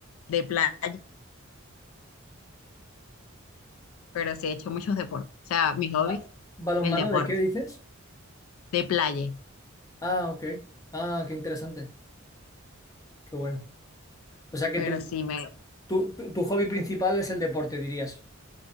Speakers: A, on the left (about 85°); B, on the left (about 15°).
A: de playa, pero sí he hecho muchos deportes. O sea, mis hobbies,
B: Ah, ¿balonmano
A: el deporte,
B: de qué dices?
A: de playa,
B: Ah, ok. Ah, qué interesante, qué bueno. O sea que
A: pero
B: tu,
A: sí me,
B: tu, tu- tu hobby principal es el deporte, dirías.